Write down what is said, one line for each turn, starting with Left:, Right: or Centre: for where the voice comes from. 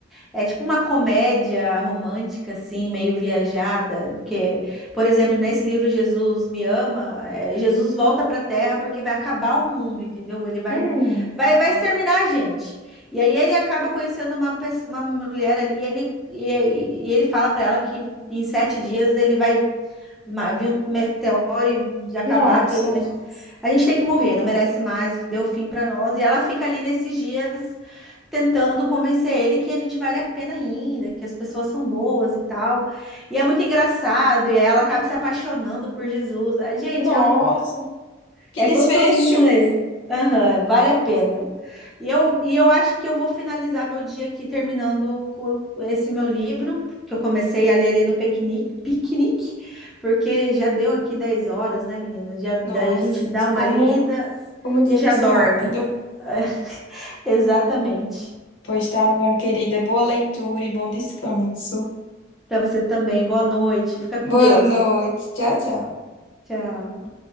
Centre: É tipo uma comédia romântica, assim, meio viajada. Porque, por exemplo, nesse livro Jesus Me Ama, é, Jesus volta para a Terra porque vai acabar o mundo, entendeu? Ele vai,
Left: Hum,
Centre: vai, vai exterminar a gente. E aí ele acaba conhecendo uma, pes- uma mulher ali, ele, e, e ele fala para ela que em sete dias ele vai ma- vir um meteoro e de acabar,
Left: nossa.
Centre: que a, gente- a gente tem que morrer, não merece mais, deu fim para nós. E ela fica ali nesses dias tentando convencer ele que a gente vale a pena ainda, que as pessoas são boas e tal. E é muito engraçado, e ela acaba se apaixonando por Jesus. Ah, Gente,
Left: Nossa.
Centre: é um
Left: Que
Centre: é
Left: desfecho.
Centre: gostosinho de ler. Aham, vale a pena. E eu, e eu acho que eu vou finalizar meu dia aqui terminando com esse meu livro, que eu comecei a ler ali no piquenique, piquenique, porque já deu aqui 10 horas, né, menina? Já, a
Left: Nossa,
Centre: gente dá uma
Left: como,
Centre: lida
Left: como o dia
Centre: e já
Left: passou
Centre: dorme.
Left: rápido.
Centre: <laughs> Exatamente.
Left: Pois tá bom, querida. Boa leitura e bom descanso.
Centre: Para você também. Boa noite. Fica com
Left: Boa
Centre: Deus.
Left: noite. Tchau, tchau.
Centre: Tchau.